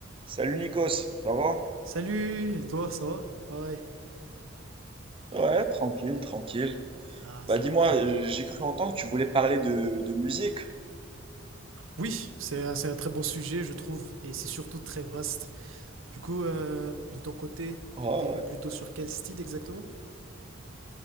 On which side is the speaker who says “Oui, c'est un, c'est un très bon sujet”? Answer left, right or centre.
Right